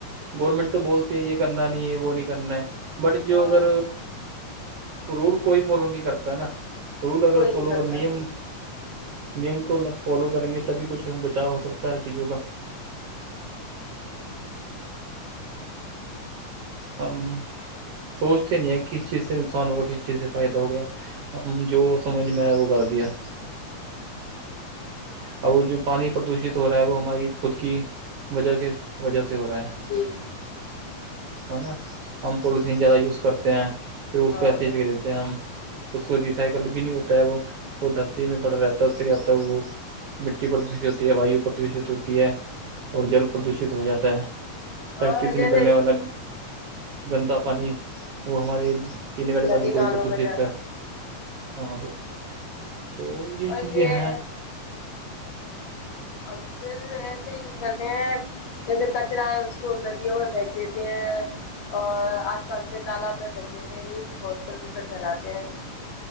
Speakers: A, on the right; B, on the left.
A: گورنمنٹ تو بولتی ہے یہ کرنا نہیں ہے وہ نہیں کرنا ہے بٹ جو
B: ہاں
A: اگر رول کوئی فالو نہیں کرتا نا رول اگر
B: کوئی نہیں
A: فالو
B: کرتا
A: کر نیم
B: ہے
A: نیم کو فالو کریں گے تبھی کچھ بچاؤ ہو سکتا ہے ہر چیزوں کا ہم سوچتے نہیں ہیں کس چیز سے نقصان ہوگا کس چیز سے فائدہ ہوگیا ہم جو سمجھ میں آیا وہ کر دیا اور وہ جو پانی پردوشت ہو رہا ہے وہ ہماری خود کی وجہ کے وجہ سے ہو رہا ہے
B: جی
A: ہے نا ہم پوالسین زیادہ یوز کرتے ہیں پھر اس
B: ہاں
A: پہ ایسے ہی پھینک دیتے ہم اس کو ریسائیکل بھی نہیں ہوتا ہے وہ وہ دھرتی میں پڑ رہتا ہے وہ مٹی پردوشت ہوتی ہے وہ پردشت ہوتی ہے اور جل پردوشت ہو جاتا ہے
B: ہاں
A: فیکٹری سے
B: جیسے
A: نکلنے والا گندا پانی وہ ہمارے پینے والے
B: ندی
A: پانی کو
B: نالوں
A: بھی پردوشت
B: میں جا
A: کر ہاں وہ تو
B: اور
A: چیزیں
B: یہ
A: ہیں
B: ہم پھر ایسے ہی کرتے ہیں جیسے کچرا ہے اس کو ندیوں میں پھینک دیتے ہیں اور آس پاس کے تالاب میں پھینک دیتے ہیں یہ بھی بہت پردوشن پلاتے ہیں